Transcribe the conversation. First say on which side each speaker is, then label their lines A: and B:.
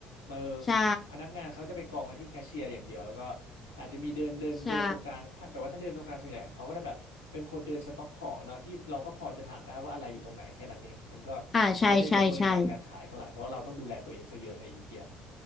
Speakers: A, on the left (about 80°); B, on the left (about 30°).
A: มา
B: ใช่
A: พนักงานเขาจะไปกองกันที่แคชเชียร์อย่างเดียวแล้วก็อาจจะมีเดินเดินเดินตรงกลางถ้าแต่ว่าถ้าเดินตรงกลางส่วนใหญ่เขาก็จะแบบเป็นคนเดินสต็อกของเนาะที่เราก็พอจะถามได้ว่าอะไรอยู่ตรงไหนแค่นั้นเองมันก็
B: ใช่อ่าใช่ใช่ใช่
A: ไม่ได้เน้นบริการการขายเท่าไหร่เพราะว่าเราต้องดูแลตัวเองซะเยอะในอีเกีย